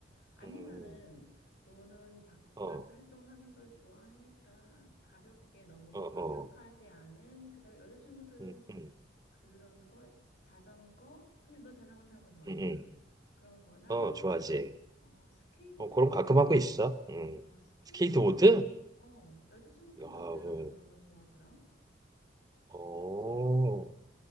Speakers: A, on the left (about 70°); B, on the right (about 20°).
A: 아니면은
B: 음,
A: 너는 바깥
B: 어,
A: 활동하는 걸 좋아하니까 가볍게 너무
B: 어, 어.
A: 과격하지 않은 그다음에 여자친구들은
B: 음, 음.
A: 그런 거 자전거 그냥 너 자전거 타는 거 좋아하잖아.
B: 음, 음.
A: 그런 거나
B: 어, 좋아하지.
A: 어 스케이트보드
B: 어, 그럼 가끔 하고 있어. 음.
A: 어 스케이트보드
B: 스케이트보드?
A: 어 여자친구들도
B: 아, 어,
A: 의외로 또 그런 거 좋아하더라.
B: 어.